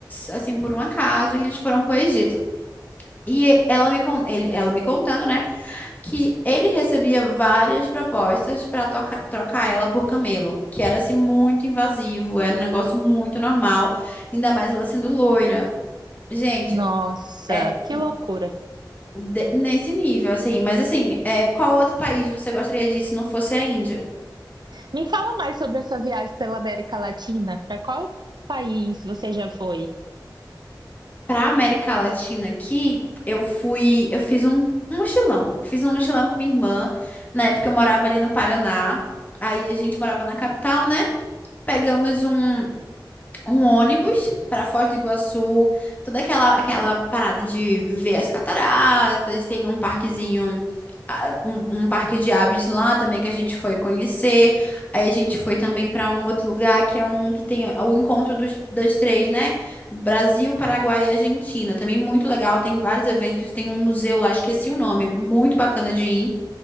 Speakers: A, on the left; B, on the right.
A: assim, por um acaso, e eles foram pro Egito. E e- ela me, con- ele- ela me contando, né, que ele recebia várias propostas para trocar ela por Camelo, que era assim muito invasivo, era um negócio muito normal, ainda mais ela sendo loira. Gente,
B: nossa,
A: é
B: que
A: e
B: loucura.
A: de- nesse nível, assim. Mas assim, é, qual outro país você gostaria de ir se não fosse a Índia?
B: Me fala mais sobre a sua viagem pela América Latina. Para qual país você já foi?
A: Para América Latina aqui, eu fui, eu fiz um, um mochilão, fiz um mochilão com minha irmã. Na época eu morava ali no Paraná, aí a gente morava na capital, né? Pegamos um, um ônibus para Foz do Iguaçu, toda aquela, aquela parada de ver as cataratas, tem um parquezinho, ah, um, um parque de aves lá também que a gente foi conhecer. Aí a gente foi também para um outro lugar que é um que tem o encontro dos, das três, né? Brasil, Paraguai e Argentina. Também muito legal, tem vários eventos, tem um museu lá, esqueci o nome, muito bacana de ir.